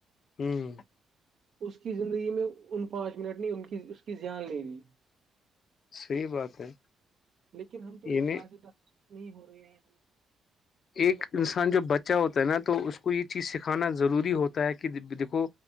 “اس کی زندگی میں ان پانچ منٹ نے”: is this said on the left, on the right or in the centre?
Right